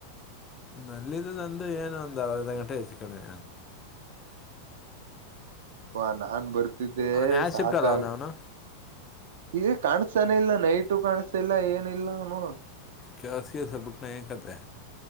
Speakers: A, on the left; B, on the right.
A: ನಲ್ಲ ಇಂದು ನಂದು ಏನು ಒಂದು ಅರ್ದ ಗಂಟೆ ಹೆಚ್ಚು ಕಮ್ಮಿ
B: ಹಾ ನಾನ್ ಬರ್ ದಿದ್ದೆ
A: ಅವ್ನು ಯಾವ
B: ಸಾಕ
A: ಶಿಫ್ಟ್ ಅಲ್ಲ ಅವನು ಅವನು
B: ಈಗ ಕಾಣಸಾನ ಇಲ್ಲ ನೈಟು ಕಾಣಸಲ್ಲ ಏನಿಲ್ಲ ಅವನು
A: ಕೆನ್ಸ ಗಿಸ್ಸ್ ಬಿಟನ ಎ ನ್ಕತೆೆ